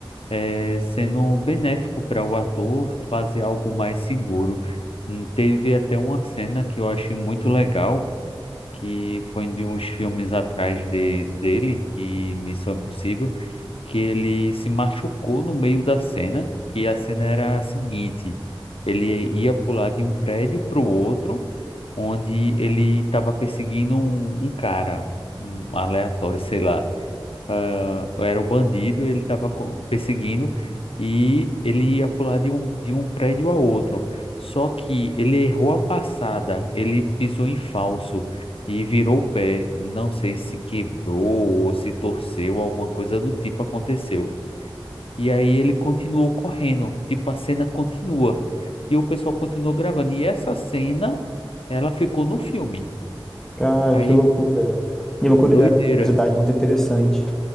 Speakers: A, on the left; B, in the centre.
A: é, sendo benéfico para o ator fazer algo mais seguro. Hum, Teve até uma cena que eu achei muito legal, que foi de uns filmes atrás de, dele, que Missão Impossível que ele se machucou no meio da cena, que a cena era a seguinte: ele ia pular de um prédio para o outro, onde ele estava perseguindo um, um cara, um aleatório, sei lá. Ah, era o bandido, ele estava perseguindo e ele ia pular de um, de um prédio a outro. Só que ele errou a passada, ele pisou em falso e virou o pé. Não sei se quebrou ou se torceu, alguma coisa do tipo aconteceu. E aí ele continuou correndo, tipo, a cena continua. E o pessoal continuou gravando. E essa cena, ela ficou no filme.
B: Cara,
A: Aí,
B: que loucura. E uma curida-
A: doideira.
B: curiosidade muito interessante.